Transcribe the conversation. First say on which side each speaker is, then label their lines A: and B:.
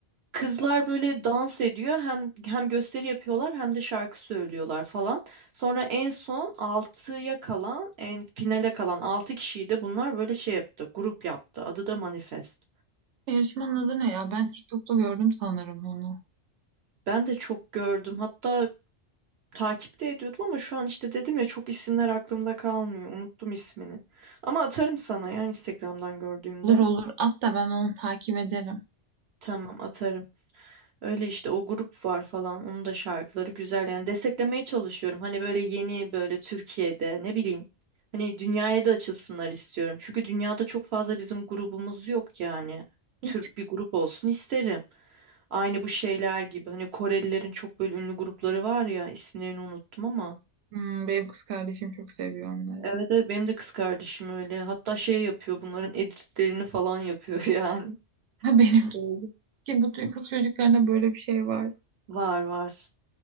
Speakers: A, on the right (about 65°); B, on the right (about 80°).
A: kızlar böyle dans ediyor. Hem hem gösteri yapıyorlar hem de şarkı söylüyorlar falan. Sonra en son altıya kalan, en finale kalan altı kişiyi de bunlar böyle şey yaptı, grup yaptı. Adı da Manifest.
B: Yarışmanın adı ne ya? Ben TikTok'ta gördüm sanırım onu.
A: Ben de çok gördüm. Hatta Takipte ediyordum ama şu an işte dedim ya çok isimler aklımda kalmıyor. Unuttum ismini. Ama atarım sana ya Instagram'dan gördüğümde.
B: Olur olur. Hatta ben onu takip ederim.
A: Tamam atarım. Öyle işte o grup var falan. Onun da şarkıları güzel. Yani desteklemeye çalışıyorum. Hani böyle yeni böyle Türkiye'de ne bileyim. Hani dünyaya da açılsınlar istiyorum. Çünkü dünyada çok fazla bizim grubumuz yok yani.
B: Hiç-
A: Türk bir grup olsun isterim. Aynı bu şeyler gibi. Hani Korelilerin çok böyle ünlü grupları var ya. isimlerini unuttum ama.
B: Hmm, benim kız kardeşim çok seviyor onları.
A: Evet,
B: <laughs>
A: evet benim de kız kardeşim öyle. Hatta şey yapıyor bunların editlerini falan yapıyor <laughs> yani.
B: Ha benimki
A: Öyle.
B: ki bütün kız çocuklarında böyle bir şey var.
A: Var var.